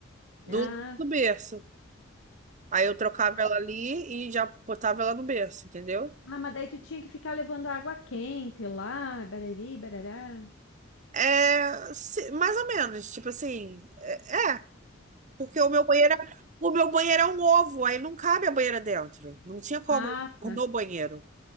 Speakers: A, on the right; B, on the left.
A: do,
B: Ah,
A: do berço. Aí eu trocava ela ali e já botava ela no berço, entendeu?
B: Ah, mas daí tu tinha que ficar levando água quente lá, barari, barará.
A: É, se- mais ou menos, tipo assim, é, é. Porque o meu banheiro, é- o meu banheiro é um ovo, aí não cabe a banheira dentro. Não tinha como
B: Ah, tá.
A: pôr no banheiro,